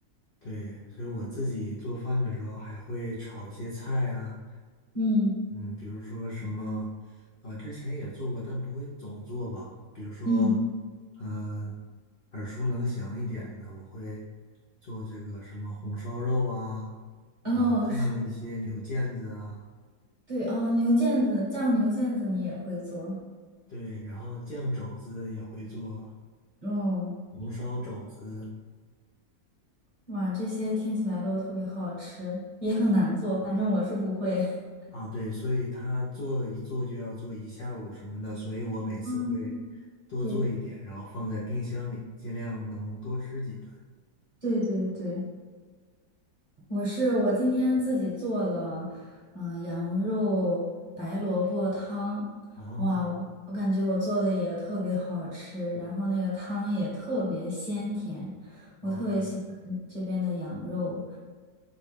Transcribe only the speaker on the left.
对，所以我自己做饭的时候还会炒一些菜啊，
嗯，比如说什么，呃，之前也做过，但不会总做吧。比如说，
嗯、耳熟能详一点的，我会做这个什么红烧肉啊，
然后酱一些牛腱子啊，
对，然后酱肘子也会做。
红烧肘子
啊，对，所以他做一做就要做一下午什么的，所以我每次会多做一点，
然后放在冰箱里，尽量能多吃几顿。
哦
哦，